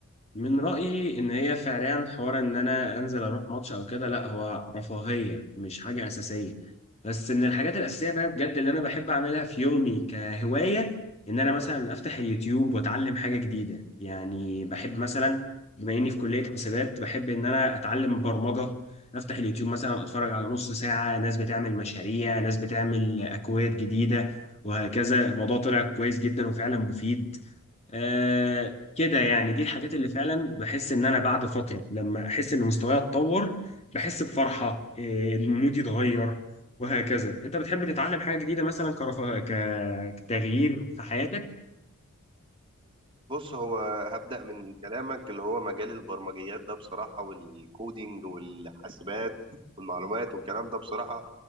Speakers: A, on the left; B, on the right.
A: من رأيي إن هي فعليا حوار إن أنا أنزل أروح ماتش أو كده لا هو رفاهية مش حاجة أساسية بس من الحاجات الأساسية بقى بجد اللي أنا بحب أعملها في يومي كهواية إن أنا مثلا أفتح اليوتيوب وأتعلم حاجة جديدة يعني بحب مثلا بما إني في كلية حسابات بحب إن أنا أتعلم برمجة أفتح اليوتيوب مثلا أتفرج على نص ساعة ناس بتعمل مشاريع ناس بتعمل أكواد جديدة وهكذا الموضوع طلع كويس جدا وفعلا مفيد آه كده يعني دي الحاجات اللي فعلا بحس ان انا بعد فتره لما احس ان مستواي اتطور بحس بفرحه آه مودي اتغير وهكذا انت بتحب تتعلم حاجه جديده مثلا كرفا ك- كتغيير في حياتك
B: بص هو هبدأ من كلامك اللي هو مجال البرمجيات ده بصراحة والكودينج والحاسبات والمعلومات والكلام ده بصراحة